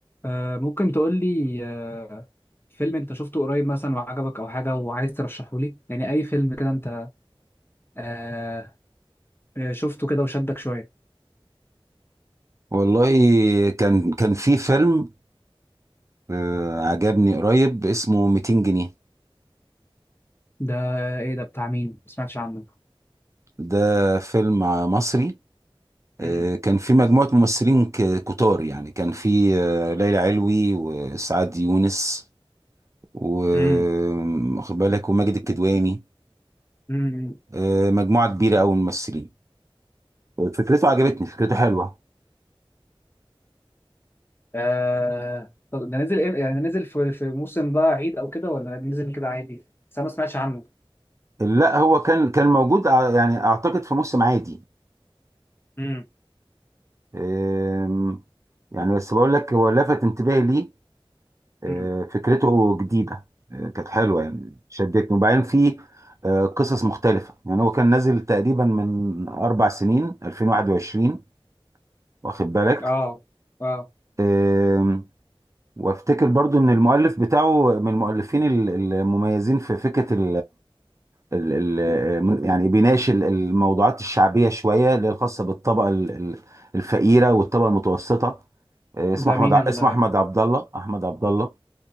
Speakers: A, on the left; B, on the right.
A: آه، ممكن تقول لي آه، فيلم انت شفته قريب مثلا وعجبك او حاجه وعايز ترشحه لي يعني اي فيلم كده انت آه، آه، شفته كده وشدك شويه
B: والله كان كان في فيلم آه، عجبني قريب اسمه 200 جنيه
A: ده ايه ده بتاع مين ما سمعتش عنه
B: ده فيلم مصري آه،
A: مم.
B: كان في مجموعة ممثلين ك- كتار يعني كان في آه، ليلى علوي وسعاد يونس واخد
A: مم.
B: بالك وماجد الكدواني
A: مم.
B: آه، مجموعة كبيرة أوي من الممثلين فكرته عجبتني فكرته حلوة
A: آه، طب ده نزل إيه؟ يعني نزل في في موسم بقى عيد او كده ولا نزل كده عادي بس انا ما سمعتش عنه
B: لا هو كان كان موجود ع- يعني أعتقد في موسم عادي
A: مم.
B: آم، يعني بس بقول لك هو لفت انتباهي ليه آه،
A: مم.
B: فكرته جديدة آه، كانت حلوة يعني شدتني وبعدين في آه، قصص مختلفة يعني هو كان نازل تقريبا من أربع سنين 2021 واخد بالك
A: اه اه
B: آم، وافتكر برضو ان المؤلف بتاعه من المؤلفين ال- المميزين في فكرة ال ال ال آه، يعني بيناقش ال- الموضوعات الشعبية شوية اللي هي الخاصة بالطبقة ال- ال- الفقيرة والطبقة المتوسطة آه، اسمه
A: ده
B: احمد
A: مين
B: ع-
A: ال
B: اسمه احمد عبد الله احمد عبد الله